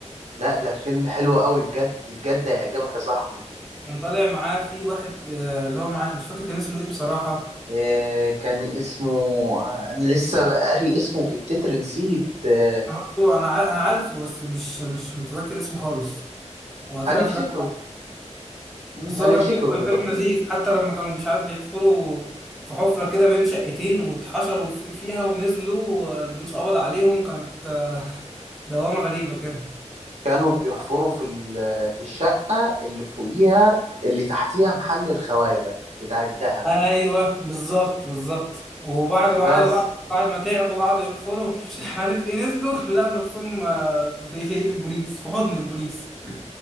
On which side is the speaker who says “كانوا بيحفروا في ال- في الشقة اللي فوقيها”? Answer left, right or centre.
Right